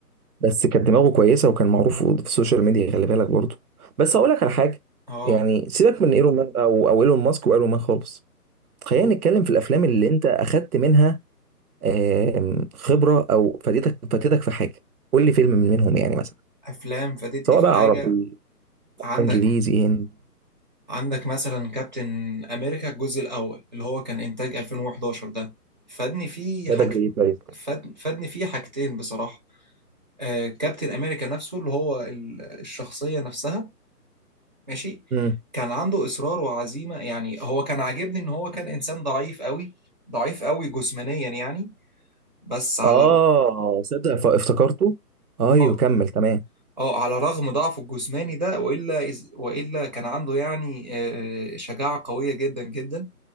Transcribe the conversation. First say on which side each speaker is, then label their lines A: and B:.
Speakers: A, on the right; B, on the right.
A: بس كانت دماغه كويسه وكان معروف في السوشيال ميديا خلي بالك برضه بس هقول لك على حاجه
B: اه
A: يعني سيبك من ايلون ماسك او او ايلون ماسك وايلون مان خالص خلينا
B: هو
A: نتكلم في الافلام اللي انت اخدت منها آم، خبرة أو فادتك فادتك في حاجة قول لي فيلم من منهم يعني مثلا
B: افلام فادتني
A: سواء
B: في
A: بقى
B: حاجة
A: عربي
B: عندك
A: إنجليزي هندي
B: عندك مثلا كابتن امريكا الجزء الاول اللي هو كان انتاج 2011 ده فادني فيه
A: فادك
B: حاج
A: بإيه طيب؟
B: فاد... فادني فيه حاجتين بصراحه آه كابتن امريكا نفسه اللي هو ال- الشخصيه نفسها ماشي
A: مم.
B: كان عنده اصرار وعزيمه يعني هو كان عاجبني ان هو كان انسان ضعيف قوي ضعيف قوي جسمانيا يعني بس على
A: آه
B: ر...
A: صدق ف- افتكرته أيوه
B: اه
A: كمل تمام
B: اه على رغم ضعفه الجسماني ده والا إز... والا كان عنده يعني آه شجاعه قويه جدا جدا